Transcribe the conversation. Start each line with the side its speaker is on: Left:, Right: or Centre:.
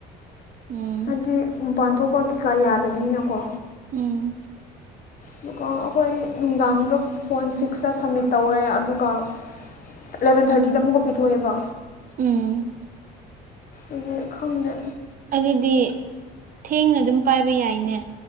Right: ꯎꯝ
Left: ꯍꯥꯏꯕꯗꯤꯄꯥꯟ ꯊꯣꯛꯄ ꯀꯩꯀꯥ ꯌꯥꯗꯕꯅꯤꯅꯀꯣ
Right: ꯎꯝ
Left: ꯑꯗꯨꯒ ꯑꯩꯈꯣꯏ ꯅꯨꯡꯗꯥꯡꯗꯣ ꯐꯣꯟ ꯁꯤꯛꯁꯇ ꯁꯝꯃꯤꯠ ꯇꯧꯋꯦ ꯑꯗꯨꯒ ꯑꯦꯂꯚꯦꯟ ꯊꯥꯔꯇꯤꯗ ꯑꯃꯨꯛꯀ ꯄꯤꯊꯣꯛꯑꯦꯕ
Right: ꯎꯝ
Left: ꯑꯗꯨ ꯈꯪꯗ
Right: ꯑꯗꯨꯗꯤ ꯊꯦꯡꯅ ꯑꯗꯨꯝ ꯄꯥꯏꯕ ꯌꯥꯏꯅꯦ